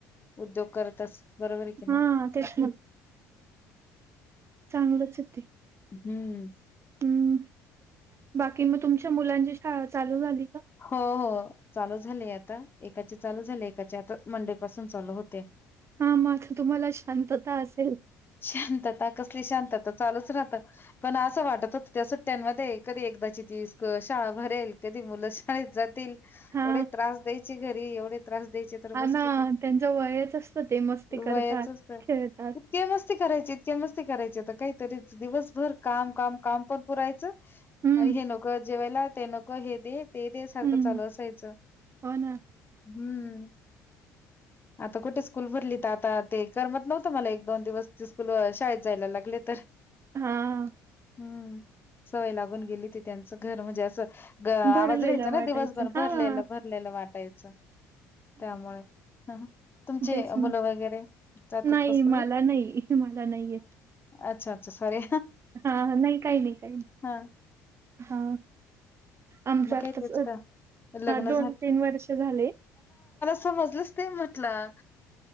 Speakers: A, on the left; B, on the right.
A: उद्योग करतस बरोबर आहे की नाही?
B: हा तेच मग चांगलंच आहे ते
A: हम्म.
B: ह्म्म बाकी मग तुमच्या मुलांची शाळा चालू झाली? का?
A: हो हो चालू झाले आता एकाचे चालू झाले एकाचे आता मंडे पासून चालू होते.
B: हा म आता तुम्हाला शांतता असेल.
A: शांतता कसली शांतता चालूच राहत पण असं वाटत होतं त्या सुट्ट्यांमध्ये कधी एकदाची ती स्क शाळा भरेल कधी मुलं शाळेत जातील एव्हडे
B: हा
A: त्रास द्याय चे घरी एवढे त्रास द्यायचे तर
B: हा
A: बस
B: ना
A: कधी
B: त्यांच्या वयच असतं ते मस्ती करतात
A: वयाचच तर
B: खेळतात.
A: इतक्या मस्ती करायचे इतके मस्ती करायचे आता काहीतरीच दिवस भर काम काम काम पण पुरायचं
B: हम्म
A: आणि हे नको जेवयला ते नको हे दे ते दे सारखं
B: हम्म
A: चालू असायचं
B: हो ना
A: हम्म आत आता कुठे स्कूल भरली तर आता ते करमत नव्हतं मला एक दोन दिवस ते स्कूल शाळेत जायला लागले तर
B: हा.
A: हम्म सवय लागून गेली ती त्यांचं घर म्हणजे असं ग
B: भरलेलं
A: आवाज रहायचा ना
B: वाटायचं
A: दिवसभर भरलेलं
B: हा.
A: भरलेलं वाटाय च त्यामुळे ह तुमचे
B: तेच ना
A: मुलं वगैरे जातात
B: नाही
A: कस
B: मला नाही मला नाहीयेत
A: अच्छा अच्छा सॉरी
B: हा नाही काही नाही काही
A: हा
B: हा आमच
A: मग
B: आत्ताच
A: काय तेच का लग्न
B: दोन तीन वर्ष झाले
A: समजलच नाही म्हटलं